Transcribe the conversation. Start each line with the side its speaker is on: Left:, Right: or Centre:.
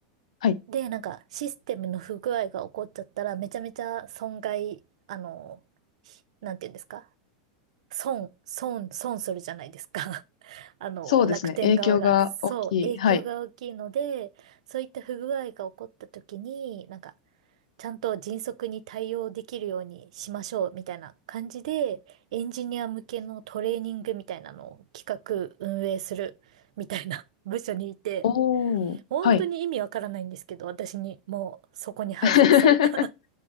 Left: はい。
Right: で、なんか、システムの不具合が起こっちゃったら、めちゃめちゃ損害、あの、ひなんていうんですか損、損、損するじゃないですか。<laughs> あの、
Left: そうですね。
Right: 楽天側が。
Left: 影響が大きい。
Right: そう、影響が大きいので、
Left: はい。
Right: そういった不具合が起こった時に、なんか、ちゃんと迅速に対応できるようにしましょう、みたいな感じで、エンジニア向けのトレーニングみたいなのを企画、運営する、みたいな <laughs> 部署にいて、
Left: おー、
Right: 本当に意味わからないんですけど、
Left: はい。
Right: 私にもうそこに配属された
Left: <laughs>